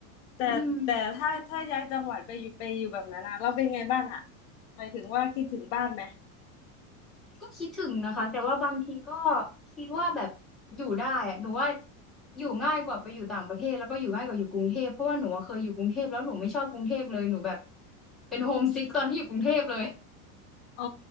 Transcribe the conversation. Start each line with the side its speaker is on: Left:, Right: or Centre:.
Left: แต่แต่ถ้าถ้าย้ายจังหวัดไปอยู่ไปอยู่แบบนั้นอะเราเป็นไงบ้างอะ
Centre: อืม
Left: หมายถึงว่าคิดถึงบ้านไหม
Centre: ก็คิดถึงนะคะแต่ว่าบางทีก็คิดว่าแบบอยู่ได้อะหนูว่าอยู่ง่ายกว่าไปอยู่ต่างประเทศแล้วก็อยู่ง่ายกว่าอยู่กรุงเทพเพราะว่าหนูอะเคยอยู่กรุงเทพแล้วหนูไม่ชอบกรุงเทพเลยหนูแบบเป็นโฮมซิกตอนที่อยู่กรุงเทพเลย
Left: อ๋อ